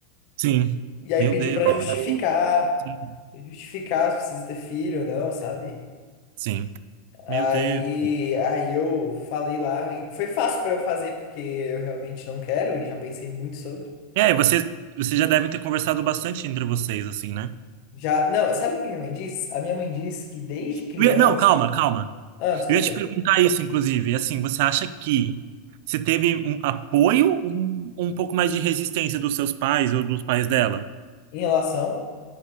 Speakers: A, on the right; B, on the left.
A: Sim.
B: E aí
A: Meu
B: pediu
A: Deus.
B: pra
A: É
B: justificar,
A: maravilhoso. Sim.
B: justificar se precisa ter filho ou não, sabe?
A: Sim.
B: Aí,
A: Meu Deus.
B: aí eu falei lá, e foi fácil pra eu fazer porque eu realmente não quero e já pensei muito sobre.
A: É, E aí, vocês, vocês já devem ter conversado bastante entre vocês, assim, né?
B: Já, não, sabe o que que minha mãe diz? A minha mãe diz que desde criança.
A: Eu ia- não, calma, calma.
B: Ah, desculpa.
A: Eu ia te perguntar isso, inclusive. Assim, você acha que você teve um apoio ou um, um pouco mais de resistência dos seus pais ou dos pais dela
B: Em relação.